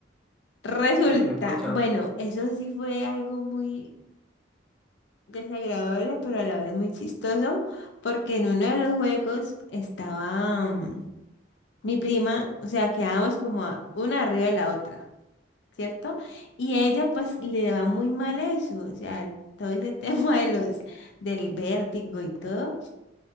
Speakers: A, on the left (about 65°); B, in the centre.
A: Resulta,
B: y los he escuchado.
A: bueno, eso sí fue algo muy desagradable, pero a la vez muy chistoso, porque en uno de los juegos estaba mm, mi prima, o sea, quedábamos como a- una arriba de la otra, ¿cierto? Y ella pues le va muy mal eso, o sea, todo ese <laughs> tema de los, del vértigo y todo.